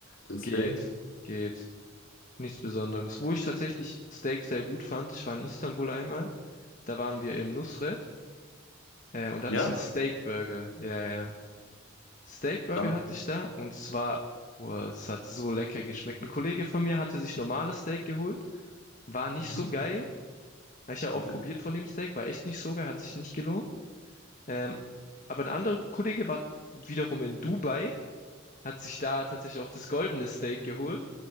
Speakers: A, on the left; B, on the left.
A: den Steak?
B: Geht, geht. Nichts Besonderes. Wo ich tatsächlich Steak sehr gut fand, ich war in Istanbul einmal, da waren wir im Nusret, äh, und da
A: Ja,
B: hatte ich einen Steakburger. Ja, ja. Steakburger
A: krass.
B: hatte ich da und es war, boah, es hat so lecker geschmeckt. Ein Kollege von mir hatte sich normales Steak geholt, war nicht
A: Mhm.
B: so geil. Habe ich ja auch
A: Okay.
B: probiert von dem Steak, war echt nicht so geil, hat sich nicht gelohnt. Ähm, aber ein anderer Kollege war wiederum in Dubai, hat sich da tatsächlich auch das goldene Steak geholt